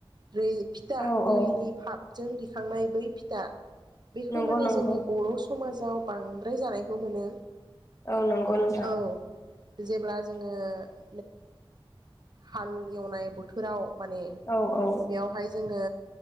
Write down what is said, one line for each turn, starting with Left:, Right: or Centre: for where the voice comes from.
Right: रे फिथा
Left: औ
Right: दैनि
Left: औ
Right: फाप जों दिखांनाय बै फिथा बेखौ
Left: नंगौ
Right: माने
Left: नंगौ
Right: जोंनि बर' समाजाव बांद्राय जानायखौ मोनो।
Left: औ नंगौ नोंथां
Right: औ जेब्ला जोङो <inaudible> हाल एवनाय बोथोराव माने
Left: औ औ
Right: बेयावहाय जोङो